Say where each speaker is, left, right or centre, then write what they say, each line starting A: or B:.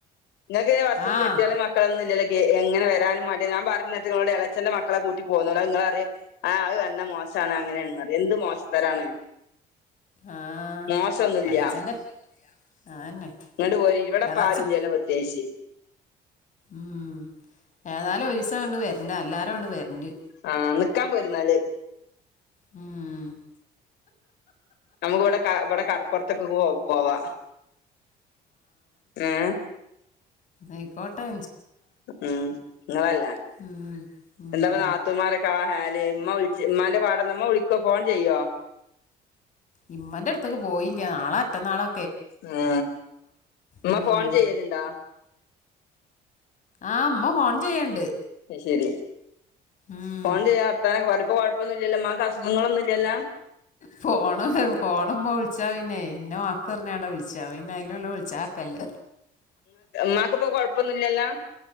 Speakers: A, on the left; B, on the left.
A: ഇങ്ങക്ക് വസ്സിന്
B: ആഹ്
A: കെട്ട്യോനും മക്കളൊന്നു ഇല്ലല്ലൊക്കി എങ്ങനെ വരാനും മടി ഞാൻ പറഞ്ഞത്ങ്ങളോട് എളേച്ചഛന്റെ മക്കളെ കൂ ട്ടി പോന്നോള അയിങ്ങളറിയ ആ അത് വന്ന മോശാണ് അങ്ങനെയാണ്ന്നറിയ എന്ത് മോശത്തരാണ്.
B: ആഹ്
A: മോശൊന്നുല്ല്യ
B: എളച്ചന്റെ അതന്നെ
A: ഇങ്ങട്ട് പോരി ഇവിടപ്പൊ
B: എളച്ചൻ
A: ആരൂല്ല്യല്ലോ പ്രത്യേയിച്ച്
B: ഉം ഏതാലു ഒരിസങ്ങട്ട് വരണ്ട് എല്ലാരുംണ്ട് വരണ്ട്.
A: ആ നിക്കാൻ പോര്ന്നാല്
B: ഉം
A: നമുക്ക് ഇവിടെ ക ഇവിടെ കടപ്പുറത്തേക്ക പോ പോവാ ആഏ
B: ആയ്കോട്ടെ
A: ഉം നിങ്ങളല്ലേ
B: ഉം ഉം
A: എന്താ പറ നാത്തൂമാരൊക്കെ ഹാല് ഉമ്മവിളിച്ച ഉമ്മാന്റെ പാടന്താ വിളിക്കുവ ഫോൺ ചെയ്യോ
B: ഇമ്മന്റെ അടുത്തേക്ക് പോയില്ല നാളെ മറ്റന്നാളോ
A: ഉ ഉമ്മ
B: ഉം
A: ഫോൺ ചെയ്യലുണ്ടാ
B: ആ മ്മ ഫോൺ ചെയ്യണ്ട്
A: ശരി
B: ഉം
A: ഫോൺ ചെയ്യ അര്താനൊക്കെപറയോ പ്പോ കൊഴപ്പൊന്നുംല്ലല്ലോ മാക്ക്‌ അസുഖങ്ങളൊന്നുംല്ലല്ല
B: പോണ പോണമ്മോ വിളിച്ചാ പിന്നെ ഇന്ന വക്ക്റിഞ്ഞാടാ വിളിച്ചാ പിന്നെ അതിലല്ല വിളിച്ച ആക്കല്ല
A: മാക്കിപ്പോൊ കൊഴപ്പൊന്നുമല്ലല്ലോ